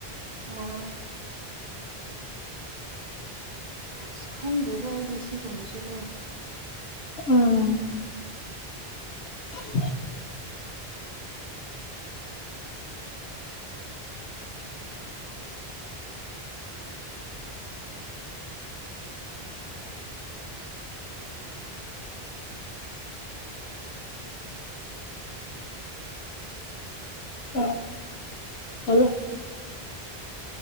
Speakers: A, on the right (about 45°); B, on the left (about 85°).
A: ꯑꯣ ꯑꯁ ꯈꯪꯗꯦꯗ ꯑꯩꯗꯤ ꯁꯤꯒꯨꯝꯕꯁꯨꯀꯣ
B: ꯎꯝ <unintelligible> <unintelligible>